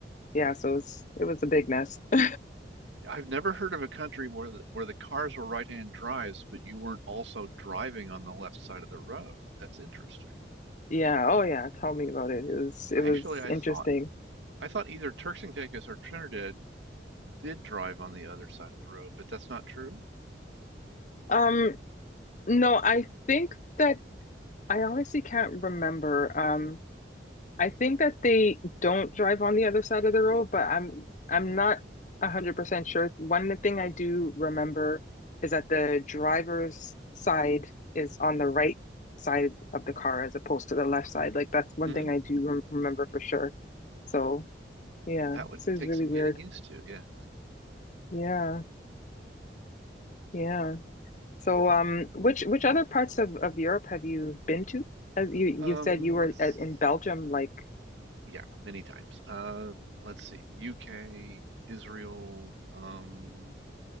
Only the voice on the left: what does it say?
yeah, so it was, it was a big mess. <laughs>
Yeah, oh yeah, tell me about it. It was it
was
interesting.
Um, no, I think that I honestly can't remember. Um, I think that they don't drive on the other side of the road, but I'm I'm not 100% sure. One thing I do remember is that the driver's side is on the right side of the car as opposed to the left side. Like that's one
thing I do rem remember for sure. So, yeah,
this is
really
weird.
Yeah, yeah. So, um, which which other parts of of Europe have you been to? As you you
said you were
at, in Belgium, like